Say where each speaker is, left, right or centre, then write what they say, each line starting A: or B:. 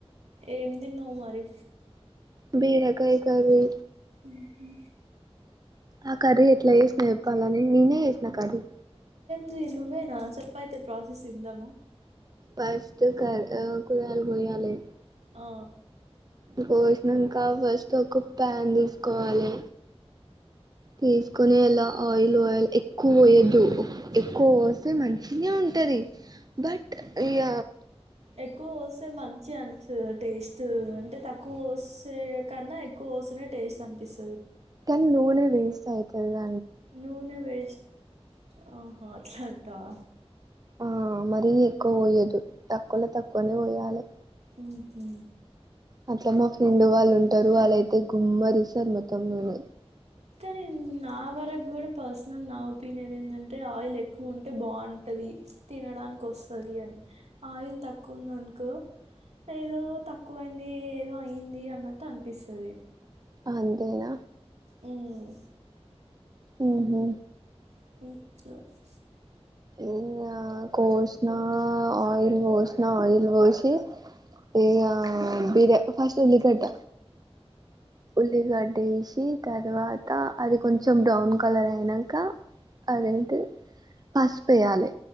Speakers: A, on the right (about 85°); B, on the right (about 35°).
A: ఏం తిన్నావ్ మరి
B: బీరకాయ్ కర్రీ
A: ఉహు
B: ఆ కర్రీ ఎట్ల చేసినా చెప్పాలని నేనే చేసిన కర్రీ
A: ఎంది నువ్వేనా చెప్పయితే ప్రాసెస్ ఇందాము
B: ఫస్ట్ కర్ అ కూరగాయలు కొయ్యాలె
A: ఆ
B: కోసినాంక ఫస్ట్ ఒక ప్యాన్ తీసుకోవాలి తీసుకొని ఎలా ఆయిల్ పాయల్ ఎక్కువ కోయొద్దు ఎక్కువ పోస్తె మంచిినే ఉంటది బట్ ఇగ
A: ఎక్కువ కోస్తే మంచి అం టేస్ట్ అంటే తక్కువ వస్తే కన్నా ఎక్కువ పోసిన టేస్ట్ అనిపిస్
B: కన్ నూనె వేస్ట్ అయితది కదా
A: నూనె వేస్ట్ ఆహా అట్ల అంటావ
B: ఆ మరిీ ఎక్కువ పోయదు తక్కువలో తక్కువనే పోయాలె
A: ఊహు
B: అట్ల మా ఫ్రెండ్ వాళ్ళుంటారు వాళ్లైతే గుమ్మరి ఇస్తారు మొత్తం నూనె
A: కానీ నా వరకు కూడ పర్సనల్ నా ఒపీనియన్ ఏంటంటే ఆయిల్ ఎక్కువ ఉంటే బాగుంటది ది తినడానికి వస్తది అని ఆయిల్ తక్కువ ఉందనుకొ ఏదో తక్కువయింది ఏదో అయి్యంది అన్నట్టు అనిపిస్తది
B: అంతేగ
A: ఉమ్
B: ఊహు
A: మ్
B: ఇంక కోషీనా ఆయిల్ పోసిన ఆయిల్ పోసి ఇగ బిరే ఫస్ట్ ఉల్లిగడ్డ ఉల్లిగడ్డేసి తర్వాత అది కొంచెం బ్రౌన్ కలర్ అయినాక అదేంటి పసుపేయాలి